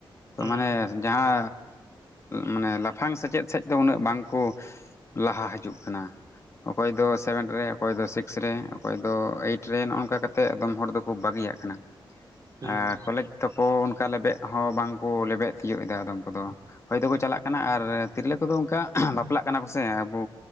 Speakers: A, on the right; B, on the left.
A: ᱦᱩᱸ
B: ᱢᱟᱱᱮ ᱡᱟᱦᱟ ᱢᱟᱱᱮ ᱞᱟᱯᱷᱟᱝ ᱥᱮᱪᱮᱡ ᱥᱮᱡ ᱫᱚ ᱩᱱᱟᱹᱜ ᱵᱟᱝᱠᱚ ᱞᱟᱦᱟ ᱦᱤᱡᱩᱜ ᱠᱟᱱᱟ᱾ ᱚᱠᱚᱭ ᱫᱚ
A: ᱦᱩᱸ
B: ᱥᱮᱵᱷᱮᱱ ᱨᱮ ᱚᱠᱚᱭ ᱫᱚ ᱥᱤᱠᱥ ᱨᱮ ᱚᱠᱚᱭ ᱫᱚ ᱟᱭᱤᱴ ᱨᱮ ᱱᱚᱜ-ᱚ ᱱᱚᱝᱠᱟ ᱠᱟᱛᱮᱜ ᱟᱫᱚᱢ ᱦᱚᱲ ᱫᱚᱠᱚ ᱵᱟᱹᱜᱤᱭᱟᱜ ᱠᱟᱱᱟ᱾
A: ᱦᱩᱸ
B: ᱟ ᱠᱚᱞᱮᱡᱽ ᱛᱚᱠᱚ ᱚᱱᱠᱟ ᱞᱮᱵᱮᱜ ᱦᱚᱸ ᱵᱟᱝᱠᱚ ᱞᱮᱵᱮᱜ ᱛᱤᱭᱳᱜ ᱮᱫᱟ ᱟᱫᱚᱢ ᱠᱚᱫᱚ᱾ᱦᱚᱭ ᱛᱚᱠᱚ ᱪᱟᱞᱟᱜ ᱠᱟᱱᱟ ᱟᱨ ᱛᱤᱨᱞᱟᱹ ᱠᱚᱫᱚ ᱚᱝᱠᱟ ᱵᱟᱯᱞᱟᱜ ᱠᱟᱱᱟ ᱠᱚ ᱥᱮ ᱟᱵᱚ